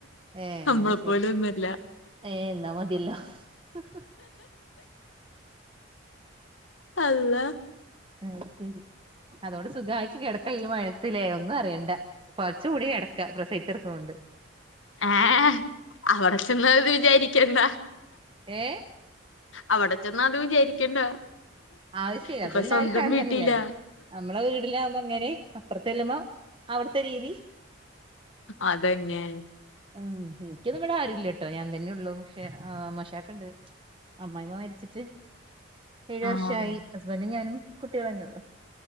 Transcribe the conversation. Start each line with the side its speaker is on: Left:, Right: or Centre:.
Right: ഏ
Left: നമ്മളെ
Right: അശരി
Left: പോലൊന്നുമല്ല
Right: ഏഹ നമ്മതില്ലോ <unintelligible>
Left: അള്ളാ
Right: ആ അത് ശരി അതോട് സുഖമായിട്ട ക കൈ മഴത്തിലേ ഒന്നു അറിയണ്ട പുതച്ച് മൂടി കിടക്ക പ്രസയിച്ചടുക്കുന്നൊണ്ട്
Left: ഏ അവിടെ ചെന്ന് വിചാരിക്ക എന്താ
Right: ഏ
Left: അവിടെ ചെന്ന അത് വിചാരിക്കണ്ട
Right: ആവശ്യ
Left: ഇപ്പൊ
Right: അതെല്ലാവർക്കും
Left: സ്വന്തം
Right: അങ്ങതന്നെല്ലേ
Left: വീട്ടിലാ
Right: നമ്മളെ വീടിലാവുമ്പോ അങ്ങനെ അപ്പുറത്തെല്ലമ്മ അവിടുത്തെ രീതി
Left: അതന്നെ
Right: ഉം എനിക്കിവിടെ ആരുല്ല കേട്ടോ ഞാൻ തന്നെയ ഉള്ളു പക്ഷെ ആഹ് <inaudible> ഇണ്ട് അമ്മായിമ്മ മരിച്ചിട്ട് ഏഴു വർഷായി
Left: ആഹ്
Right: ഹസ്ബന്റും ഞാനും കുട്യളും തന്നെയള്ളു